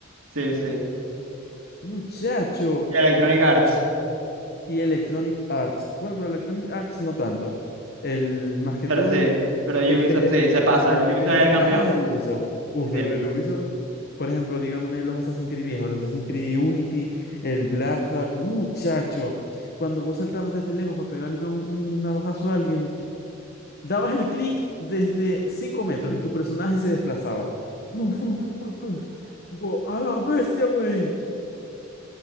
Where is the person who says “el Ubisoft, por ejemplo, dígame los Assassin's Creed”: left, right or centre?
Left